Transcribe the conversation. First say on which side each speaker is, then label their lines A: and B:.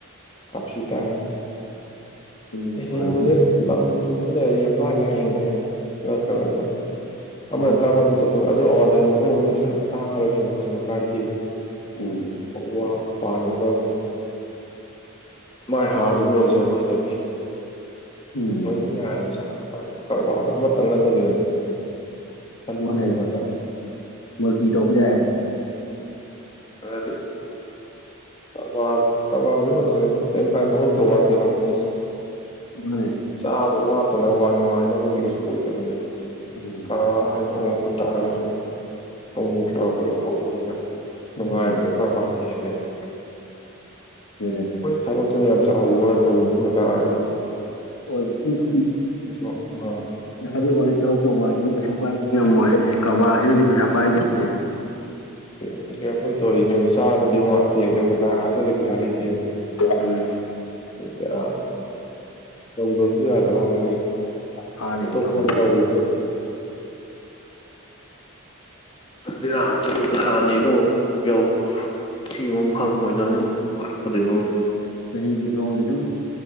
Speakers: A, on the left; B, on the left.
A: ꯀꯥꯞꯁꯤ ꯇꯥꯏ
B: ꯑꯗꯨꯅꯕꯨ
A: ꯍꯤꯡꯕꯁ
B: ꯐꯔꯕꯖꯥꯠꯅꯤ
A: ꯑꯗꯨꯝ ꯂꯝ ꯎꯕ ꯂꯩꯔꯗꯤ ꯌꯥꯝ ꯂꯥꯏ ꯂꯥꯏꯅ ꯍꯤꯡꯕ ꯌꯥꯏꯗ ꯅꯠꯇ꯭ꯔꯒꯁꯨ ꯑꯃ
B: ꯃꯥ
A: ꯇꯔꯥꯃꯝ ꯇ ꯑꯗꯨ ꯑꯋꯥꯊꯕꯤ ꯃꯈꯣꯡ ꯁꯥ ꯉꯥ ꯂꯣꯏꯁꯤꯨ ꯀꯩꯁꯨ ꯀꯥꯏꯗꯦꯕ
B: ꯎꯝ
A: ꯋꯥꯅ ꯄꯥꯟꯒꯗꯕꯅꯤ ꯃꯥꯏ ꯍꯥꯔꯗꯨ ꯃꯣꯏꯁꯦ ꯑꯩꯈꯣꯏꯗꯒꯤ
B: ꯎꯝ
A: ꯂꯣꯏꯅ ꯌꯥꯔꯦꯕ ꯁꯥ ꯑꯗꯨꯃꯥꯏꯅ ꯀꯔꯕꯥꯔꯗꯣ ꯑꯃꯇꯪ ꯅꯠꯇꯕꯤꯗꯅꯦ
B: ꯃꯥꯅ
A: ꯗ ꯑꯣꯏꯂꯒ
B: ꯍꯦꯟꯅ ꯃꯜꯇꯤ ꯇꯧꯕ ꯌꯥꯏꯑꯕ
A: ꯗꯤ ꯀꯕꯥ ꯀꯕꯥ ꯀꯔꯤꯝ ꯀꯥꯟꯗ ꯊꯕꯛ ꯇꯧ ꯋꯥꯟꯒꯦꯗꯧꯕ ꯃꯤ
B: ꯎꯃ
A: ꯆꯥꯕ ꯋꯥꯠꯇꯅ ꯋꯥ ꯅꯨꯡꯉꯥꯏꯅꯕꯗꯤ ꯀꯩꯁꯨ ꯑꯣꯏꯗꯕꯅꯦꯕ
B: ꯎꯝ
A: ꯀꯔ ꯑꯣꯡꯕ ꯇꯥꯔꯒꯁꯨ ꯑꯃꯨꯛꯃꯨꯛ ꯇꯧꯔꯛꯄꯗ ꯍꯧꯕꯅꯤꯅ ꯅꯨꯡꯉꯥꯏꯕꯁꯦ
B: ꯎꯝ
A: ꯀꯔꯕꯥꯔꯅ ꯍꯦꯜꯂꯦꯕ
B: ꯍꯅꯦ
A: ꯍꯣꯏ ꯊꯕꯛꯇꯨꯅ ꯌꯥꯝ ꯆꯥꯎꯈꯤꯕ ꯇꯧꯈꯤꯕ ꯑꯣꯏ ꯇꯥꯡꯒꯅꯤ
B: ꯍꯣꯏ ꯏꯟꯀ
A: ꯑꯥ
B: ꯍꯥꯏꯕꯤ ꯋꯥꯅꯤ ꯊꯕꯛ ꯇꯧꯕꯁꯤꯗꯤ ꯄꯩꯁꯥ ꯄꯥꯏꯕꯗꯤ ꯉꯝꯃꯣꯏ ꯀꯕꯥꯁꯤꯅꯗꯤ ꯄꯩꯁꯥ ꯄꯥꯏꯗꯣꯏꯅꯦ
A: ꯍꯧꯖꯤꯛ ꯑꯩꯈꯣꯏ ꯇꯧꯔꯤꯅꯦ ꯆꯥꯕꯗꯤ ꯋꯥꯠꯇꯦ ꯑꯗꯨꯕꯨ ꯅꯥꯔꯛꯑꯒꯗꯤ ꯄꯩꯁꯥ ꯂꯩꯇꯦ ꯄꯌꯥꯒ
B: ꯎꯝ
A: ꯌꯥ ꯇꯧꯗꯕꯁꯨ ꯌꯥꯗꯕ ꯃꯗꯤ
B: ꯃꯥꯅ ꯍꯦꯟꯅ
A: ꯊꯄꯣꯇꯕ
B: ꯇꯧꯔꯤꯁꯦ
A: ꯗꯔꯥ ꯑꯃꯨꯛ ꯆꯠꯂꯨꯗ ꯍꯥꯟꯅꯤꯗ ꯑꯃꯨꯛ ꯌꯥꯎ ꯁꯤ ꯑꯃꯨ ꯐꯪꯕꯣꯏꯗ ꯋꯥꯔꯀꯗꯣꯏꯕ
B: ꯆꯍꯤꯗꯤꯁꯥꯎ ꯂꯤꯇꯨꯝ